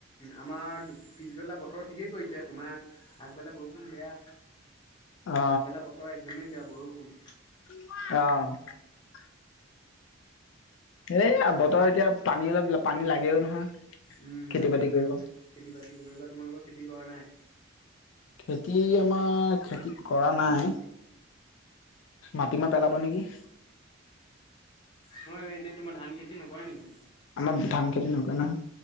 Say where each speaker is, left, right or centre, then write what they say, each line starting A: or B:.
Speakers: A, on the left; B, on the left.
A: আমাৰ পিছবেলা বতৰ ঠিকেই কৰিছে তোমাৰ‌ আগবেলা বৰষুণ বেয়া
B: অ
A: আগবেলা বতৰ একদমেই বেয়া বৰষুণ।
B: অ' এইয়া বতৰ এতিয়া পানী অলপ পানী লাগেও নহয়।
A: উম,
B: খেতি
A: লাগেও
B: বাতি
A: এতিয়াও
B: কৰিব।
A: খেতি-বাতি কৰিব, তোমালোকৰ খেতি কৰা নাই‌?
B: খেতি আমাৰ খেতিত কৰা নাই মাটিমাহ পেলাব নেকি?
A: হয় এনে তোমাৰ ধান খেতি নকৰে নেকি?
B: আমাৰ ধান খেতি নকৰে নহয়।